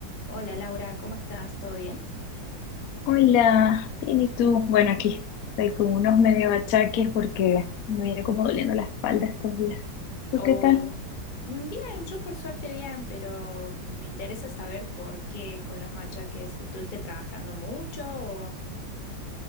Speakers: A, on the left; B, on the left.
A: Hola Laura, ¿cómo estás? ¿Todo bien?
B: Hola, bien, ¿y tú? Bueno, aquí estoy con unos medio achaques porque me viene como doliendo la espalda estos días. ¿Tú
A: Oh,
B: qué tal?
A: mm, bien, yo por suerte bien, pero me interesa saber por qué con los machaques estuviste trabajando mucho o...